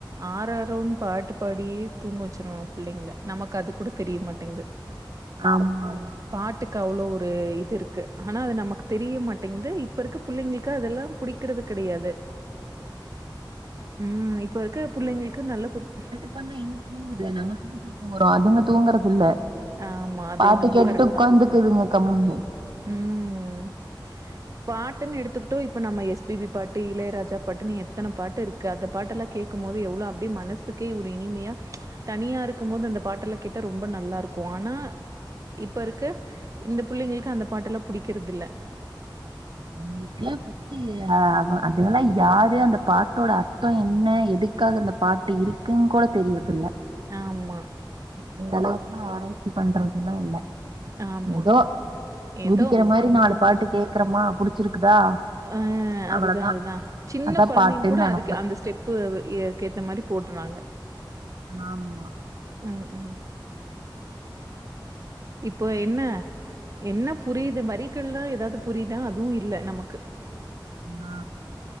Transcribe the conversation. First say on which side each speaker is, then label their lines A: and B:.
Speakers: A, on the right (about 40°); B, on the right (about 75°).
A: ஆராரோன் பாட்டு படியே தூங்க வச்சிருவாங்க புள்ளைங்ள நமக் அது கூட தெரியமாட்டேங்து
B: ஆம்மா
A: பாட்டுக்கு அவ்ளோ ஒரு இது இருக்கு ஆனா அது நமக்கு தெரியமாட்டேங்து இ இப்ப இருக்க புள்ளைங்ளுக்கு அதல்லா புடிக்கிறது கடையாது ம் இப்ப இருக்க புள்ளைங்ளுக்கு நல்ல குத்
B: <inaudible> எங்க தூங்குது நமக்கு தா தூக்க வரு அதுங்க தூங்குறது இல்ல
A: ஆமா அது
B: பாட்டு
A: என்னமோ
B: கேட்டுட்டு
A: கரெக்ட்
B: உக்காந்துக்குதுங்க
A: தா
B: கம்முண்ணு
A: ம் பாட்டுன் எடுத்துக்ட்டு இப்ப நம்ம எஸ் பி பி பாட்டு இளையராஜா பாட்டுனு எத்தன பாட்டு இருக்கு அந்த பாட்டல்லா கேக்கும்போது எவ்ளோ அப்டே மனசுக் கே ஒரு இனிமயா தனியா இருக்குமோது அந்த பாட்டல்ல கேட்ட ரொம்ப நல்லாருக்கு ஆனா இப்ப இருக்க இந்த புள்ளைங்களுக்கு அந்த பாட்டல்லா புடிக்கிறதுல்ல
B: ஒங்ளுக்ளா <inaudible> தி ய அ அதுகல்லா யாரு அந்த பாட்டோட அர்த்தோ என்ன எதுக்காக அந்த பாட்டு இரு குங்கூட தெரியர்துல்ல
A: ஆமா
B: அந்த அளவுக்குலா ஆராய்ச்சி பண்றதுல்லா இல்ல
A: ஆமா
B: ஏதோ
A: ஏதோ
B: குதிக்கிற மாரி
A: ம்
B: நாலு பாட்டு கேக்குறமா புடிச்சிருக்குதா
A: ஆ
B: அவ்வளதா
A: அதுதா அதுதா சின்ன
B: அதா
A: கொழந்தைங்க
B: பாட்டுன்னு
A: கூட
B: நெனப்பு
A: அதுக்கு அந் அந்த ஸ்டெப்பு ஏ கேத்த மாரி போடுறாங்க
B: ஆமா
A: ம் ம் இப்போ என்ன என்ன புரியுது வரிகள்ல்லா ஏதாது புரியுதா அதுவு இல்ல நமக்கு
B: ஆ